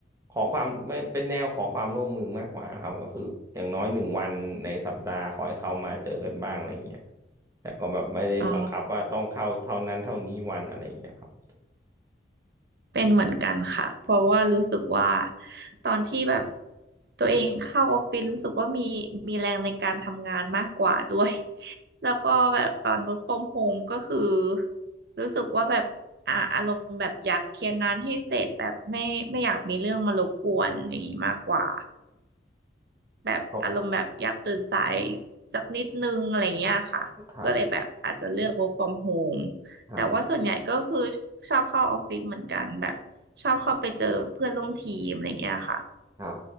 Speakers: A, on the right; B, on the right.
A: ขอความไม่เป็นแนวขอความร่วมมือมากกว่าครับก็คืออย่างน้อยหนึ่งวันในสัปดาห์ขอให้เขามาเจอกันบ้างอะไรเงี้ย แต่ก็แบบไม่ได้บังคับว่าต้องเข้าเท่านั้นเท่านี้วันอะไรอย่างเงี้ยครับ
B: อ๋อ เป็นเหมือนกันค่ะ เพราะว่ารู้สึกว่าตอนที่แบบตัวเองเข้าออฟฟิศรู้สึกว่ามีมีแรงในการทำงานมากกว่าด้วย <laughs> แล้วก็แบบตอน work from home ก็คือรู้สึกว่าแบบอ่าอารมณ์แบบอยากเคลียร์งานให้เสร็จแบบไม่ไม่อยากมีเรื่องมารบกวนอย่างนี้มากกว่า แบบอารมณ์แบบอยากตื่นสาย
A: เขา
B: สักนิดนึงอะไรเงี้ยค่ะก็เลยแบบอาจจะเลือก
A: ครับ
B: work from home
A: ครับ
B: แต่ว่าส่วนใหญ่ก็คือชอบเข้าออฟฟิศเหมือนกันแบบชอบเข้าไปเจอเพื่อนร่วมทีมอะไรเงี้ยค่ะ
A: ครับ